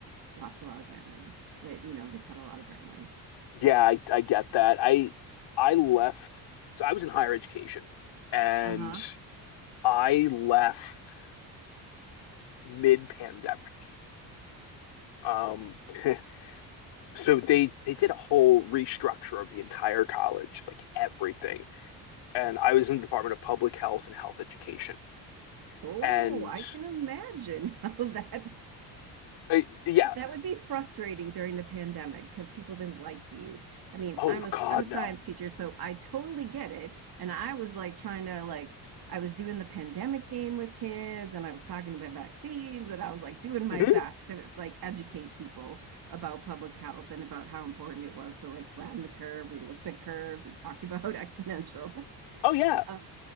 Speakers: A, on the right; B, on the left.
A: lost a lot of grant money. They, you know, they cut a lot of grant money.
B: Yeah, I I get that. I I left. So I was in higher education and
A: Uh-huh.
B: I left mid-pandemic. Um <laughs> so they they did a whole restructure of the entire college, like everything. And I was in the Department of Public Health and Health Education.
A: Oh,
B: and
A: I can imagine <laughs> how that
B: uh, yeah.
A: that would be frustrating during the pandemic because people didn't like you. I mean,
B: Oh
A: I'm a
B: God,
A: I'm a science
B: no.
A: teacher, so I totally get it. And I was like trying to like I was doing the pandemic game with kids and I was talking about vaccines and I was like doing my
B: Mhm.
A: best to like educate people about public health and about how important it was to like flatten the curve. We looked at curves, we talked about <laughs> exponentials.
B: Oh yeah,
A: Uh,